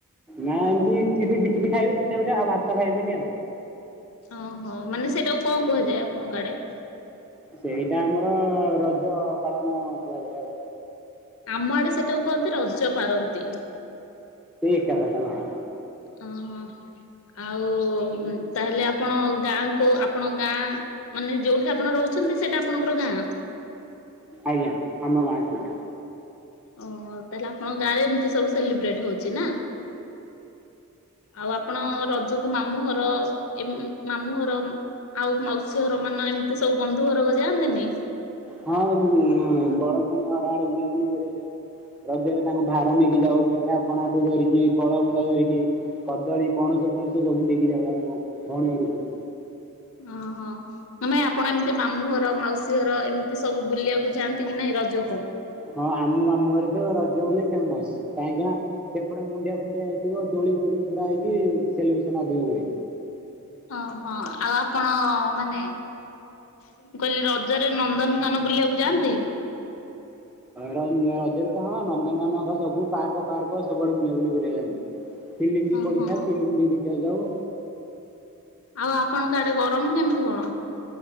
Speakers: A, in the centre; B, on the left.
A: ନା ଏମତି ଇଟିଲି ଫିଟିଲି ଖାଇବେ, ପିଠା ପିଠା ଆଉ ଭାତ ଖାଇବେନି ଆଉ।
B: ଓହୋ, ମାନେ ସେଟାକୁ କଣ କୁହାଯାଏ ଆପଣଙ୍କ ଆଡେ?
A: ସେଇଟା ଆମର ରଜ ପାଳନ କୁହାଯାଏ ଆଉ।
B: ଆମ ଆଡେ ସେଟାକୁ କୁହନ୍ତି ରଜ ପାରନ୍ତି।
A: ରଜ ପାନ ଆଣ।
B: ଓହୋ। ଆଉ ତାହେଲେ ଆପଣ ଗାଁ କୁ ଆପଣ ଗାଁ ମାନେ ଯୋଉଠି ଆପଣ ରହୁଛନ୍ତି ସେଇଟା ଆପଣଙ୍କର ଗାଁ?
A: ଆଜ୍ଞା, ଆମ ଗାଁ। ସେଇଟା
B: ଓହୋ! ତାହେଲେ ଆପଣଙ୍କ ଗାଁ ରେ ଏମିତି ସବୁ ସେଲିବ୍ରେଟ୍ ହଉଛି ନା? ଆଉ ଆ ଆପଣ ରଜକୁ ମାମୁଁ ଘର ଏମ୍ ମାମୁଁ ଘର ଆଉ ମାଉସ ସୀ ଘର ମାନ ଏମିତି ସବୁ ବନ୍ଧୁ ଘରକୁ ଯାଆନ୍ତିନି?
A: ହଁ ଦିଦି ଆମେ ବଡ ଭଉଣୀ ଘର ଆଡେ ବୁଲାବୁଲି କରିବା ଯାଉ। ରଜରେ ତାଙ୍କ ଭା ର ନେଇକି ଯାଉ ପିଠା ପଣାଠୁ ଧରିକି, ଫଳମୂଳ ଧରିକି। କଦଳୀ ପଣସ ଫଣସ ସବୁ ନେଇକି ଯାଉ ଆମ ଭଉଣୀ ଘରକୁ।
B: ଅଁ, ହଁ। ମାନେ ଆପଣ ଏମିତି ମାମୁଁ ଘର, ମାଉସୀ ଘର, ଏମିତି ସବୁ ବୁଲିବାକୁ ଯଆନ୍ତି କି ନାହିଁ ରଜକୁ?
A: ହଁ ଆମ ମମୁଁ ଘରେ ତ ରଜ ବୋଲି ଫେମସ୍ କାହିଁକି ନା ସେ ଏପଟେ ମୁଣ୍ଡିଆ ଫୁଣ୍ଡିଆ ହେଇଥିବ ଦୋଳି ଫୁଳି ପୁରା ହେଇକି ସେଲିବ୍ରେସନ୍ ଅଧିକ ହୁଏ
B: ହଁ, ହଁ ଆଉ ଆପଣ ମାନେ ମୁଁ କହିଲି ରଜରେ ନନ୍ଦନକାନ ବୁଲିବାକୁ ଯାଆନ୍ତି?
A: ରଞ୍ଜ ରଜରେ ତ ହଁ ନନ୍ଦନକାନନ ତ ସବୁ ପାର୍କ ଫାର୍କ ସବୁଆଡେ ବୁଲାବୁଲି କରିବାକୁ ଯାଇଛୁ। ଫିଲ୍ମ ବି
B: ଓହୋ।
A: ପଡିଥାଏ, ଫିଲ୍ମ ବି ଦେଖିଆକୁ ଯାଉ।
B: ଆଉ ଆପଣଙ୍କ ଆଡେ ଗରମ କେମିତି କଣ?